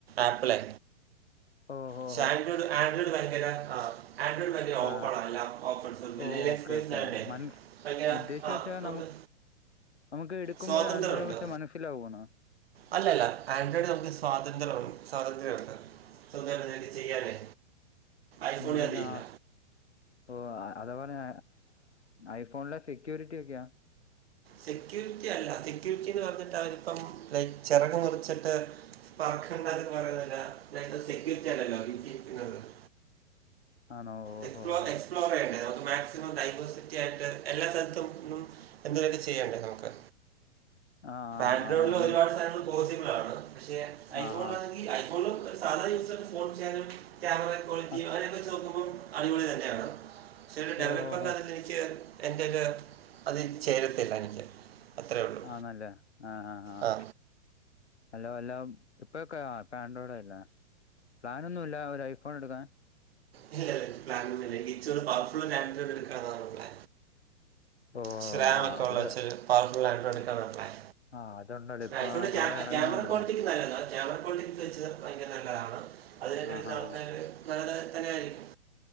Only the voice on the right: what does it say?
ആപ്പിളെ
പക്ഷേ ആൻഡ്രോയിഡ് ആഡ്രോയിഡ് ഭയങ്കര ആഹ് ആൻഡ്രോയിഡ് ഭയങ്കര
ഓപ്പണ എല്ലാ ഓപ്പൺസ് വലിയ
എക്സ്പെൻസ്
ആയോണ്ടെ
ഭയങ്കര
ആഹ്
നമുക്ക്
സ്വാതന്ത്ര്യമുണ്ട്
അല്ലല്ല ആൻഡ്രോയിഡ് നമുക്ക് സ്വാതന്ത്ര്യം സ്വാതന്ത്ര്യം ഉണ്ട് സ്വന്തവായിട്ട് എന്തേലും ചെയ്യാനെ ഐഫോണിൽ
അതില്ല
സെക്യൂരിറ്റി അല്ല സെക്യൂരിറ്റിന്ന് പറഞ്ഞിട്ട് അവരിപ്പം ലൈക് ചിറക് മുറിച്ചിട്ട് പറക്കണ്ടതെന്ന് പറയുന്ന പോല സെക്യൂരിറ്റി അല്ലല്ലോ <unintelligible>
എക്സ്പ്ലോ
എക്സ്പ്ലോർ ചെയ്യണ്ടേ നമുക്ക് മാക്സിമം ഡൈവേഴ്സിറ്റി ആയിട്ട് എല്ലാ സ്ഥലത്തുന്നും എന്തുവേണ്ടി ചെയ്യണ്ടേ നമുക്ക്
ആൻഡ്രോയിഡില്
ഒരുപാട് സാധനം പോസിബിൾ ആണ് പക്ഷെ ഐഫോണിൽ
അതി ഐഫോണും സാധാ യൂസർ ഫോൺ ചെയ്യാനും ക്യാമറ ക്വാളിറ്റി
അങ്ങനൊക്കെ വെച്ച് നോക്കുമ്പോ അടിപൊളി തന്നെയാണ് ചില ഡെവലപ്പറിന്റാത്ത്
എനിക്ക് എന്റത് അതിൽ ചേരത്തില്ല എനിക്ക് അത്രേ ഉള്ളൂ
ആ
ഇല്ലില്ല പ്ലാൻ ഒന്നുമില്ല എനിക്ക് ഇച്ച ഒരു പവർഫുള്ള് ഒരാൻഡ്രോയ്‌ഡ് എടുക്കാൻ എന്നുള്ള
ശ്രാമൊക്കെ
ഉള്ള വച്ചൊരു പവർ ഫുൾ ആൻഡ്രോയ്‌ഡ്
എടുക്കാന പ്ലാൻ
ഐഫോണിന്റെ ക്യാമറ
ക്യാമറ ക്വാളിറ്റിക്ക് നല്ലതാണ് ക്യാമറ കാളിറ്റി വെച്ചത് ഭയങ്കര നല്ലതാണ് അതിനൊക്കെ
എടുത്ത
ആൾക്കാര്
നല്ല തന്നെ ആയിരിക്കും